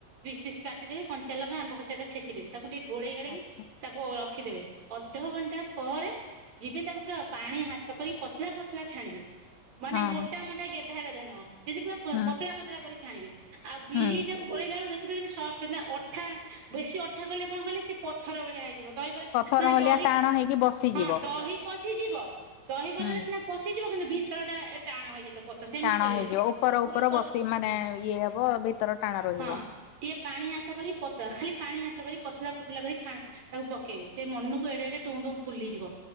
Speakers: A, on the right (about 60°); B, on the left (about 80°).
A: ପିସ୍ ପିସ୍ କାଟିଦେବେ କଞ୍ଚା ଲଙ୍କା ଆମ୍ବ କଷିଆ ଅଦା ଛେଚିଦେବେ ତାକୁ ଟିକେ ଗୋଳେଇ ଗୋଳାକି
B: ଆଚ୍ଛା
A: ତାକୁ ରଖିଦେବେ ଅଧ ଘଣ୍ଟା ପରେ ଯିବେ ତାକୁ ପୁରା ପାଣି ହାତ କରିକି ପତଳା ପତଳା ଛାଣିବେ। ମାନେ
B: ହଁ
A: ମୋଟା
B: ହଁ
A: ମୋଟା ଗେଧା ଗେଧା ନୁହଁ ଯେମିତି ପୁରା
B: ହୁଁ
A: ପତଳା ପତଳା କରି ଛାଣିବେ। ଆଉ ବିରି
B: ହୁଁ
A: ଟାକୁ ଗୋଳେଇଲା ବେଳକୁ ଦେଖୁଥିବ ଯେମିତି ସଫ୍ଟ୍ ଅ ବେଶୀ ଅଠା କଲେ କଣ କହିଲେ ସେ ପଥର ଭଳିଆ ହେଇଯିବ। ଦହିବରା
B: ପଥର
A: ମାନେ
B: ଭଳିଆ
A: ଦହି
B: ଟାଣ ହେଇକି ବସିଯିବ।
A: ହଁ ଦହି ପଶିଯିବ ଦହିିବରା
B: ହୁଁ
A: ସିନା ପଶିଯିବ କିନ୍ତୁ ଭିତର ଟା ଏ- ଟାଣ ହେଇଯାଇଥିବ। ପତ- ସେମିତି
B: ଟାଣ
A: କରିବେ
B: ହେଇଯିବ ଉପର
A: ପୁରା
B: ଉପର
A: ପ-
B: ବସି ମାନେ
A: ହଁ
B: ଇଏ ହବ ଭିତର ଟାଣ ରହିବ।
A: -ହଁ ଟିକେ। ପାଣି ହାତ କରି ପତଳା ଖାଲି ପାଣି ହାତ କରି ପତଳା ପତଳା କରି ଛା ତାକୁ ପକେଇବେ ସେ ମନକୁ ଏଡେ ଏଡେ ଟୁମ୍ ଟୁମ୍ ଫୁଲିଯିବ